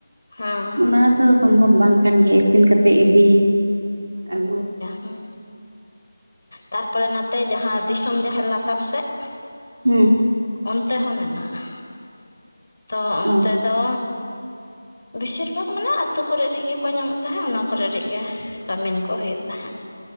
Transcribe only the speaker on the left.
ᱦᱮᱸ
ᱦᱩᱸ ᱛᱟᱨᱯᱚᱨᱮ ᱱᱟᱛᱮ ᱡᱟᱦᱟᱸ ᱫᱤᱥᱚᱢ ᱡᱟᱦᱮᱨ ᱞᱟᱛᱟᱨ ᱥᱮᱫ ᱾
ᱚᱱᱛᱮ ᱦᱚᱸ ᱢᱮᱱᱟᱜᱼᱟ ᱾ ᱛᱚ ᱚᱱᱛᱮ
ᱫᱚ ᱵᱮᱥᱤᱨ ᱵᱷᱟᱜᱽ ᱢᱟᱱᱮ ᱟᱹᱛᱩ ᱠᱚ ᱨᱮ ᱜᱮ ᱠᱚ ᱧᱟᱢᱚᱜ ᱛᱟᱦᱮᱸᱫ ᱚᱱᱟ ᱠᱚ ᱨᱮᱜ ᱨᱮᱜ ᱜᱮ᱾ ᱠᱟᱹᱢᱤᱱ ᱠᱚ ᱦᱳᱭᱳᱜ ᱛᱟᱦᱮᱸᱫ